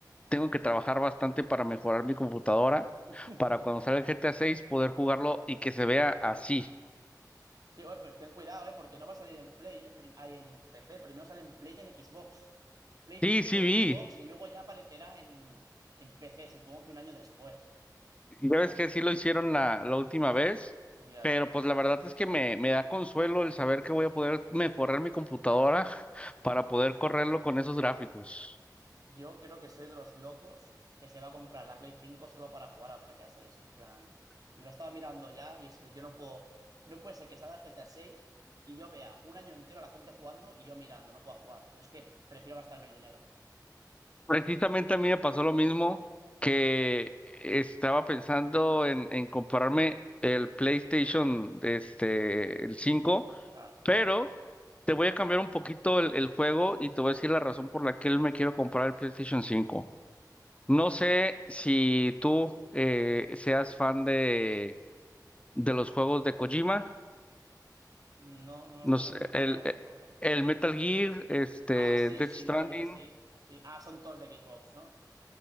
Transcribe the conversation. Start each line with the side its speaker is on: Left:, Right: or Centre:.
Left: tengo que trabajar bastante para mejorar mi computadora,
Right: <laughs>
Left: para cuando salga el GTA 6 poder jugarlo y que se vea así.
Right: Sí, oye, pues ten cuidado, ¿eh? Porque no va a salir en Play, ¿eh? Pri- ay, en PC. Primero sale en Play y en Xbox. Play
Left: Sí,
Right: cinco,
Left: sí
Right: Xbox
Left: vi.
Right: y luego ya aparecerá en, en PC, supongo que un año después.
Left: Ya ves que sí lo hicieron la, la última vez,
Right: Ya.
Left: pero pues la verdad es que me, me da consuelo el saber que voy a poder mejorar mi computadora para poder correrlo con esos gráficos.
Right: Yo creo que soy de los locos que se va a comprar la Play cinco solo para jugar al GTA 6. En plan, me lo estaba mirando ya y es que yo no puedo... No puede ser que salga el GTA 6 y yo vea un año entero a la gente jugando y yo mirando, no puedo jugar. Yo es que prefiero gastarme el dinero.
Left: Precisamente a mí me pasó lo mismo que estaba pensando en, en comprarme el PlayStation, este, el 5.
Right: El, claro, el 5.
Left: pero te voy a cambiar un poquito el, el juego y te voy
Right: Uy.
Left: a decir la razón por la que él me quiero comprar el PlayStation cinco. No sé si tú eh, seas fan de, de los juegos de Kojima,
Right: No, no
Left: no
Right: los tengo
Left: sé,
Right: muy ubicados.
Left: el, eh,
Right: ¿Por qué?
Left: el Metal Gear, este,
Right: Ah, sí,
Left: Death
Right: sí,
Left: Stranding,
Right: Metal Gear, sí. Sí. Ah, son todos de Xbox, ¿no?